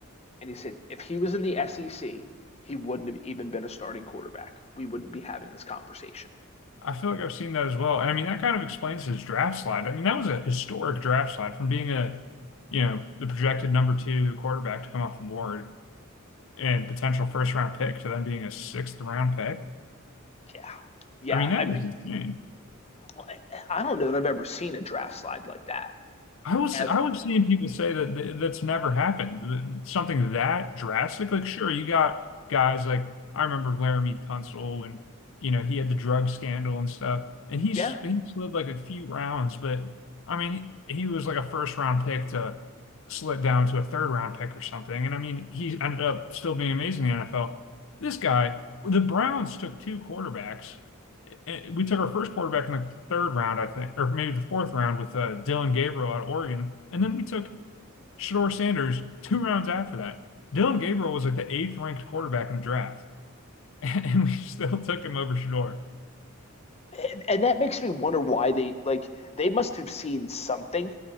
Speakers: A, on the left (about 30°); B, on the left (about 65°).
A: and he said if he was in the SEC, he wouldn't have even been a starting quarterback. We wouldn't be having this conversation.
B: I feel like I've seen that as well. And I mean, that kind of explains his draft slide. I mean, that was a historic draft slide from being a, you know, the projected number two quarterback to come off the board and potential first round pick to then being a sixth round pick.
A: Yeah, yeah.
B: I mean, that
A: I mean,
B: is insane.
A: well, I don't know that I've ever seen a draft slide like that
B: I was
A: ever.
B: I was seeing people say that th that's never happened. That- Something that drastic. Like, sure, you got guys like I remember Laramie Tunsil and you know he had the drug scandal and stuff, and he s-
A: Yeah,
B: he slid like a few rounds, but I mean he, he was like a first round pick to slid down to a third round pick or something, and I mean he ended up still being amazing in the NFL. This guy, the Browns took two quarterbacks we took our first quarterback in the third round, I think, or maybe the fourth round with uh, Dylan Gabriel out of Oregon. And then we took Shador Sanders two rounds after that. Dylan Gabriel was like the eighth ranked quarterback in the draft, <laughs> and we still took him over Shador.
A: and, and that makes me wonder why they like they must have seen something